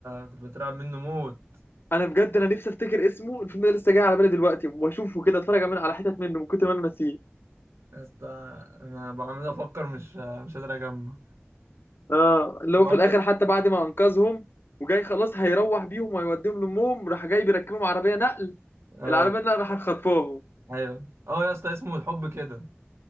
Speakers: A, on the right; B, on the left.
A: كنت بترعب منه موت
B: انا بجد انا نفسي افتكر اسمه الفيلم ده لسه جاي على بالي دلوقتي واشوفه كده اتفرج من على حتت منه من كتر ما انا ناسيه
A: يا اسطى انا بعمل افكر مش مش قادر اجمع
B: اه اللي
A: برضه
B: هو في الاخر حتى بعد ما انقذهم وجاي خلاص هيروح بيهم ويوديهم لامهم راح جاي بيركبهم عربيه نقل
A: اه
B: العربيه نقل راح خطفاهم
A: ايوه اه يا اسطى اسمه الحب كده